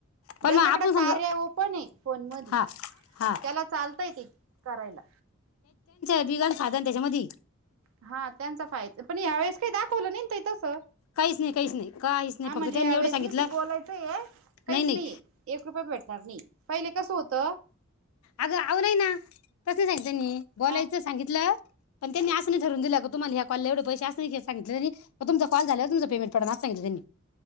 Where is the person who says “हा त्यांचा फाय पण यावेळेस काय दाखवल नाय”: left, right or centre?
Right